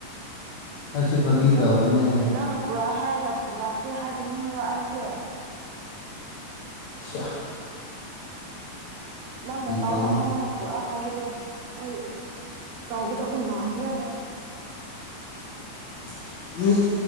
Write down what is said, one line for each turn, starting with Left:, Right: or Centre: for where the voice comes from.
Left: ꯑꯩꯁꯨ ꯐꯥꯒꯤ
Right: ꯎꯝ ꯅꯪ
Left: ꯇꯧꯕꯅꯦ
Right: ꯅꯪ ꯄꯨꯔꯥ ꯍꯥꯏꯔ ꯄꯨꯔꯛ ꯄꯨꯔꯛꯇꯦ ꯍꯥꯏꯕ ꯃꯤꯔꯣ ꯑꯩꯁꯦ
Left: ꯁꯏ
Right: ꯅꯡꯅ ꯇꯧꯔꯛꯑꯣ
Left: ꯇꯧꯅꯨ
Right: ꯅꯡꯅ ꯄꯨꯔꯛꯑꯣ ꯍꯥꯏꯕꯗꯣ ꯑꯩ ꯇꯧꯒꯗꯕ ꯃꯥꯟꯕ꯭ꯔ
Left: <inaudible>